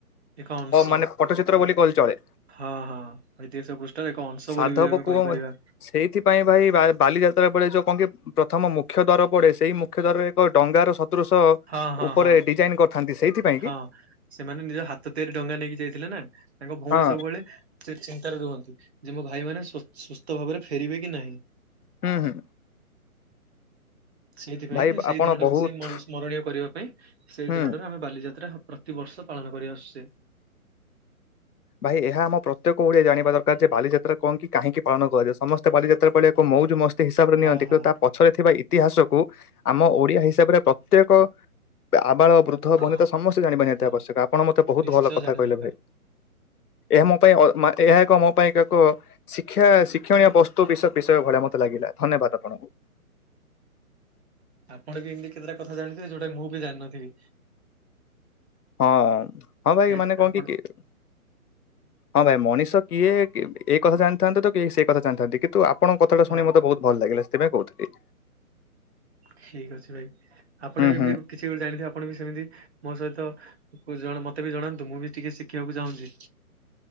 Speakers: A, on the right (about 45°); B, on the left (about 85°).
A: ଏକ ଅଂଶ
B: ମାନେ ପଟଚିତ୍ର ବୋଲି କହିଲେ ଚଳେ।
A: ହଁ ହଁ ଐତିହାସିକ ପୃଷ୍ଠାର ଏକ ଅଂଶ
B: <inaudible> ସାଧବ
A: ବୋଲି ବି ଆମେ
B: ପୁଅ
A: କହିପାରିବା।
B: ସେଇଥିପାଇଁ ଭାଇ ବାଲି ବାଲିଯାତ୍ରା ଳେ ଯୋଉ କହ ପ୍ରଥମ ମୁଖ୍ୟ ଦ୍ୱାର ପଡେ ସେଇ ମୁଖ୍ୟ ଦ୍ୱାରରେ ଏକ ଡଙ୍ଗାର ସ ଅ
A: ହଁ ହଁ
B: ଉପରେ
A: ହଁ
B: ଡିଜାଇନ କରିଥାନ୍ତି। ସେଇଥିପାଇଁ କି
A: ହଁ ସେମାନେ ନିଜ ହାତ ତିଆରି ଡଙ୍ଗା ନେଇକି ଯାଇଥିଲେ ନା ତାଙ୍କ ଭଉଣୀ
B: ହଁ
A: ସବୁବେଳେ ରୁହନ୍ତି ଯେ ମୋ ଭାଇମାନୋନ ସୁସ୍ଥ ଭାବରେ ଫେରିବେ କି ନାହିଁ। <inaudible>
B: ହୁଁ ହୁଁ
A: ସେଇଥିପାଇଁ
B: ଭାଇ
A: ସେଇ
B: ଆପଣ
A: ଦିନଟାକୁ
B: ବହୁତ
A: ସେ ସ୍ମରଣୀୟ କରିବା ପାଇଁ ସେଇ
B: ହୁଁ
A: ଦିନଟାରୁ ଆମେ ବାଲିଯାତ୍ରା ହ ପ୍ରତିବର୍ଷ ପାଳନ କରି ଆସୁଚେ।
B: ଭାଇ ଏହା ଆମ ପ୍ରତ୍ୟେକ ଓଡ଼ିଆ ଜାଣିବା ଦରକାର ଯେ ବାଲିଯାତ୍ରା କଣ କି କାହିଁକି ପାଳନ କରାଯାଏ ସମସ୍ତେ ବାଲିଯାତ୍ରା ପଳିଆକୁ ମଉଜ ମସ୍ତି ହିସାବରେ
A: ହଁ
B: ନିଅନ୍ତି କିନ୍ତୁ
A: ହଁ
B: ତା ପଛରେ ଥିବା ଇତି ଇତିହାସକୁୁ ଆମ ଓଡିଆ ହିସାବରେ ପ୍ରତ୍ୟେକ ଆବାଳ ବୃଦ୍ଧ
A: ହଁ।
B: ବନିତା ସମସ୍ତେ ଜାଣିବା ନିହାତି
A: ତ
B: ଆବଶ୍ୟକ ଆପଣ ମତେ ବହୁତ
A: ନିଶ୍ଚୟ
B: ଭଲ କଥା
A: ଜାଣିବା
B: କହିଲେ
A: ଦରକାର
B: ଭାଇ ଏହା ମୋ ପାଇଁ ଅ ମା ଏହା ଏକ ମୋ ପାଇଁ ଏକ ଏକ ଶିକ୍ଷା ଶିକ୍ଷଣୀୟ ବସ୍ତୁ ବିୟ ବିଷୟରେ ଭଳିଆ ମତେ ଲାଗିଲା। ଧନ୍ୟବାଦ ଆପଣଙ୍କୁ।
A: ଆପଣ ବି ଏମିତି କେତେଟା କଥା ଜାଣିଥିବେ ଯୋଉଟା ମୁଁ ବି ଜାଣିନଥିବି।
B: ହଁ ହଁ ଭାଇ
A: ସେଇଟା
B: ମାନେ କଣ
A: ଆପଣ
B: କି କିଏ ହଁ ଭାଇ ମଣିଷ କିଏ? ଏଇ କଥା ଜାଣିଥାନ୍ତ ତ କି ସେ କଥା ଜାଣିଥାନ୍ତି କିନ୍ତୁ ଆପଣଙ୍କ କଥାା
A: ହଁ
B: ଶୁଣି ମତେ ବହୁତ ଭଲ ଲାଗିଲା। ତେବେ କହୁଥିଲି।
A: ଠିକ ଅଛି ଭାଇ ଆପଣ
B: ହୁଁ
A: ବି
B: ହୁଁ
A: ଏମିତି କିଛି ଗୋଟେ ଜାଣିଥିବେ ଆପଣ ବି ସେମିତି ମୋ ସହିତ ଜ ମତେ ବି ଜଣାନ୍ତୁ ମୁଁ ବି ଟିକେ ଶିଖିବାକୁ ଚାହୁଁଛି।